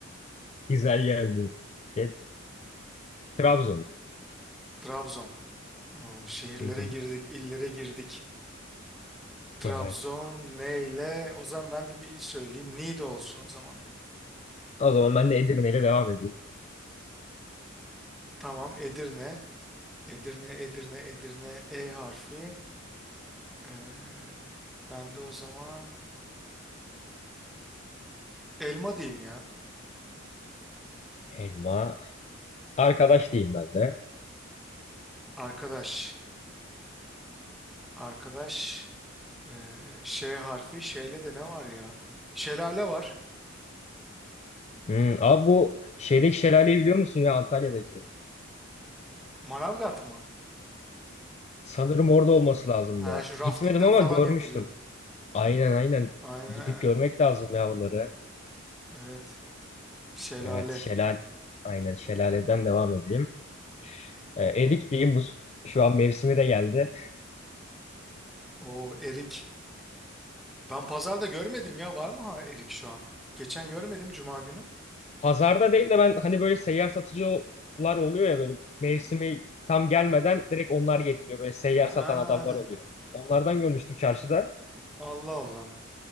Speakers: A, on the left; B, in the centre.
A: Güzel geldi. E, Trabzon.
B: Trabzon. Oo, şehirlere
A: Hı hı.
B: girdik, illere girdik. Trabzon
A: Evet.
B: neyle? O zaman ben de bir il söyleyeyim. Niğde olsun o zaman.
A: O zaman ben de Edirne ile devam edeyim.
B: Tamam, Edirne. Edirne, Edirne, Edirne. E harfi. Ee, ben de o zaman elma diyeyim ya.
A: Elma. Arkadaş diyeyim ben de.
B: Arkadaş. Arkadaş. Ee, şey harfi. Şeyle de ne var ya? Şelale var.
A: Hmm. Abi bu şeydeki şelaleyi biliyor musun ya Antalya'daki?
B: Manavgat mı?
A: Sanırım orada olması lazımdı.
B: Ha şu raftingler
A: Gitmedim ama
B: falan
A: görmüştüm.
B: yapılıyor.
A: Aynen aynen.
B: Aynen
A: Gidip
B: aynen.
A: görmek lazım yavruları.
B: Evet. Şelale.
A: Evet şelale. Aynen şelaleden devam edeyim. Ee, erik diyeyim bu şu an mevsimi de geldi.
B: O erik. Ben pazarda görmedim ya. Var mı ha erik şu an? Geçen görmedim cuma günü.
A: Pazarda değil de ben hani böyle seyyar satıcılar oluyor ya böyle mevsimi tam gelmeden direkt onlar getiriyor. Böyle seyyar
B: Ha.
A: satan adamlar oluyor. Onlardan görmüştüm çarşıda.
B: Allah Allah.